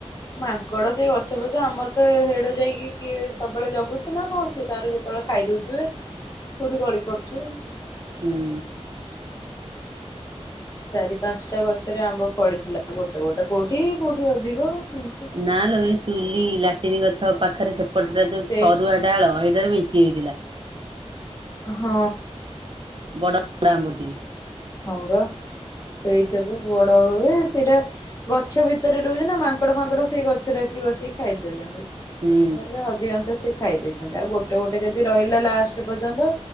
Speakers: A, on the left; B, on the right.
A: ମାଙ୍କଡ ସେଇ ଅଛି। ଛ ପଛ ଆମର ତ ହେଡ଼ ଯାଇକି କିଏ ସବୁବେଳେ ଜଗୁଛି ନ କଣ ସିଏ ତାର ଯେତେବେଳେ ଖାଇ ଦେଉଥିବେ। କୋଉଠି ଗଳି ପଡୁଛୁ
B: ହୁଁ।
A: ଚାରି ପାଞ୍ଚଟା ଗଛରେ ଆମ୍ବ ଫଳିଥିଲା ଗୋଟେ ଗୋଟେ କୋଉଠି କୋଉଠି ଅଧିକ ଏମିତି।
B: ନା ଲୋ ଚୁଲି ଲାଟିନି ଗଛ ପାଖରେ ସେ ସେପଟେଟା ଯୋଉ
A: ସେ
B: ସରୁଆ ଡାଳ ସେଇଟାରେ ମିଞ୍ଚି ହେଇଥିଲା।
A: ହଁ।
B: ବଡ ବ ଆମ୍ବ ଟିଏ
A: ହବା ସେଇଟା ବି ବଡ ହୁଏ। ସେଇଟା ଗଛ ଭିତରେ ରହୁଛି ନା ମାଙ୍କଡ ଫାଙ୍କଡ ସେଇ ଗଛରେ ଆସି ବସିକି ଖାଇଦଉଛନ୍ତି।
B: ହୁଁ
A: ଏ ଅଧଂସ ଶ ଖାଇ ଦେଇେଇଛନ୍ତି ଆଉ ଗୋଟେ ଗୋଟେ ଯଦି ରହିଲା ଲାଷ୍ଟ ପର୍ଯ୍ୟନ୍ତ